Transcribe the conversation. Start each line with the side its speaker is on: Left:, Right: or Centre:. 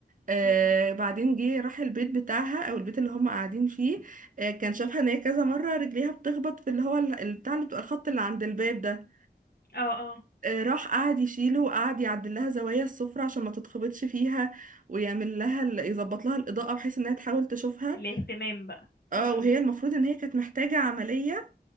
Right: آه،
Left: امم
Right: بعدين جه راح البيت بتاعها او البيت اللي هم قاعدين فيه آه، كان شافها ان هي كذا مرة رجليها بتخبط في اللي هو ال- البتاع اللي بتبقى الخط اللي عند الباب ده
Left: اه اه
Right: آه، راح قعد يشيله وقعد يعدل لها زوايا السفرة عشان ما تتخبطش فيها ويعمل لها ال- يظبط لها الإضاءة بحيث انها تحاول تشوفها
Left: الاهتمام بقى
Right: اه
Left: امم
Right: وهي المفروض ان هي كانت محتاجة عملية